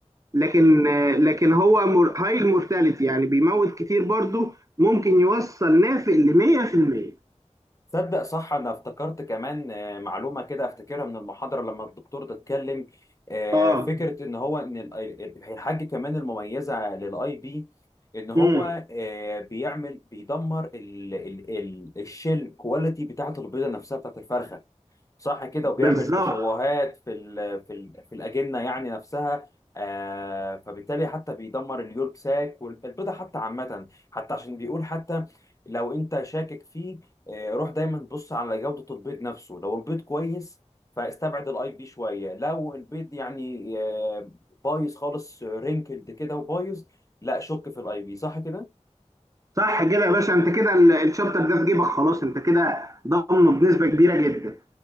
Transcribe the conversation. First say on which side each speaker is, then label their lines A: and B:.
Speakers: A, on the right; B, on the left.
A: لكن لكن هو هاي المورتاليتي يعني بيموت كتير برضو ممكن يوصل نافق ل 100%
B: تصدق صح انا افتكرت كمان آه، معلومه كده افتكرها من المحاضره لما الدكتور ده اتكلم آه،
A: اه
B: فكره ان هو ان ال- الحاجه كمان المميزه للاي بي ان هو
A: امم
B: آه، بيعمل بيدمر ال ال ال الشيل كواليتي بتاعه البيضه نفسها بتاعه الفرخه صح كده وبيعمل
A: بالظبط
B: تشوهات في ال في ال في الاجنه يعني نفسها آه فبالتالي حتى بيدمر اليولك ساك والبيضه حتى عامه حتى عشان بيقول حتى لو انت شاكك فيه آه، روح دايما بص على جودة البيض نفسه لو البيض كويس فاستبعد الاي بي شوية لو البيض يعني آه، بايظ خالص رينكلد كده وبايظ لا شك في الاي بي صح كده
A: صح كده يا باشا انت كده ال- الشابتر ده في جيبك خلاص انت كده ضامنه بنسبه كبيره جدا